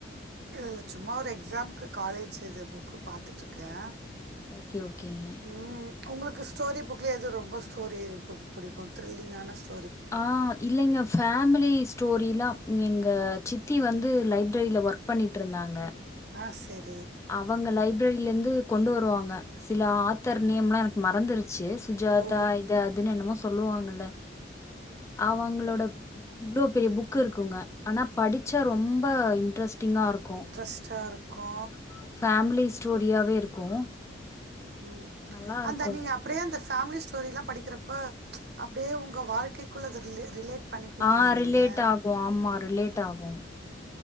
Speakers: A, on the right; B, on the left.
A: இல்ல இல்ல சும்மா ஒரு எக்ஸாம்க்கு காலேஜு இது புக்கு பாத்துட்ருக்கே
B: ஓகே ஓகேங்க
A: ம்ம் உங்களுக்கு ஸ்டோரி புக்ல எது ரொம்ப ஸ்டோரி புக் புடிக்கு த்ரில்லிங்கான ஸ்டோ
B: ஆ இல்லைங்க ஃபேமிலி ஸ்டோரிலா எங்க சித்தி வந்து லைப்ரெரியில ஒர்க் பண்ணிட்டு இருந்தாங்க
A: ஆ செரி
B: அவங்க லைப்ரெரில இருந்து கொண்டு வருவாங்க சில ஆத்தர் நேம்லா எனக்கு மறந்துருச்சு சுஜாதா
A: ஓ
B: இது அதுன்னு என்னமோ சொல்லுவாங்கல அவங்களோட இவ்ளோ பெரிய புக் இருக்குங்க ஆனா படிச்சா ரொம்ப இன்ட்ரெஸ்ட்டிங்கா இருக்கு
A: ட்ரஸ்டாருக் கோ
B: ஆ ஃபேமிலி ஸ்டோரியாவே இருக்கு
A: ம்
B: நல்லா இருக்கு
A: அந்த நீங்க அப் டியே அந்த ஃபேமிலி ஸ்டோரிலா படிக்கிறப்போ அப்டியே உங்க வாழ்க்கைக்குள்ள அது ரிலே ரிலேட் பண்ணிப்பீங்களா
B: ஆ ரிலேட்
A: நீங்க
B: ஆகு ஆமா ரிலேட் ஆகு